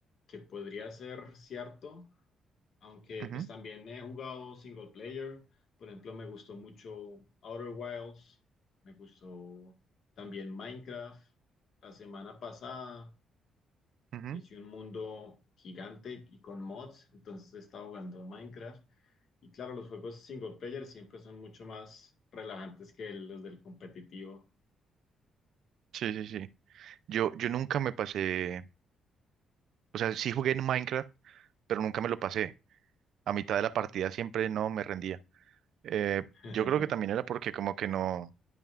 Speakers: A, on the left (about 60°); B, on the right (about 75°).
A: que podría ser cierto, aunque
B: Ujú,
A: pues también he jugado single player. Por ejemplo, me gustó mucho Outer Wilds, me gustó también Minecraft. La semana pasada
B: ujú.
A: hice un mundo gigante y con mods, entonces estaba jugando Minecraft. Y claro, los juegos single player siempre son mucho más relajantes que los del competitivo.
B: Sí, sí, sí. Yo, yo nunca me pasé, o sea, sí jugué en Minecraft, pero nunca me lo pasé. A mitad de la partida siempre no me rendía. Eh,
A: <laughs>
B: yo creo que también era porque como que no,